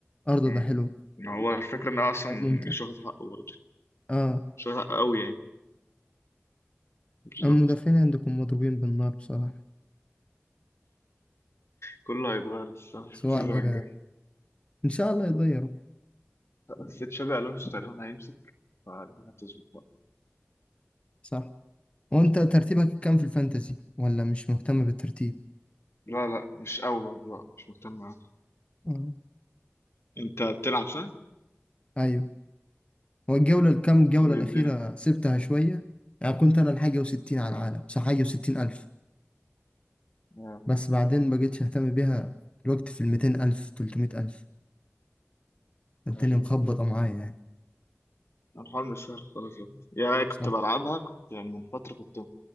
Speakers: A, on the left; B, on the left.
A: أردا
B: مم.
A: ده حلو
B: ما هو الفكرة ان هو اصلا
A: لعيب ممتع
B: مش واخد حقه برضه
A: اه
B: مش واخد حقه قوي يعني بالظبط
A: أما المدافعين عندكم مضروبين بالنار بصراحة
B: كله هيتغير الصراحة في
A: سواء
B: <laughs> السيزون
A: بقى
B: الجاي
A: إن شاء الله يتغيروا
B: بس تشابي الونسو تقريبا هيمسك فالدنيا هتظبط بقى
A: صح وأنت ترتيبك كام في الفانتزي ولا مش مهتم بالترتيب
B: لا لا مش قوي برضه لا مش مهتم أوي.
A: آه.
B: انت بتلعب صح؟
A: أيوه هو الجولة الكام جولة
B: وايه
A: الأخيرة
B: الدنيا؟
A: سبتها شوية يعني كنت أنا الحاجة وستين على
B: اه
A: العالم صح حاجة وستين ألف
B: اه
A: بس بعدين بقيتش أهتم بيها الوقت في الميتين ألف تلتمية ألف الدنيا
B: ايوه
A: مخبطة
B: أيوة.
A: معايا يعني
B: الحوار مش سهل خالص برضه. يا كنت
A: صح
B: بلعبها كنت يعني من فترة كنت